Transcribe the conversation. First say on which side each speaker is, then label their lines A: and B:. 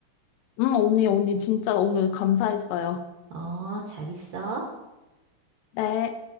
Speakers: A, on the left; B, on the right.
A: 음, 언니, 언니 진짜 오늘 감사했어요.
B: 어, 잘 있어.
A: 네.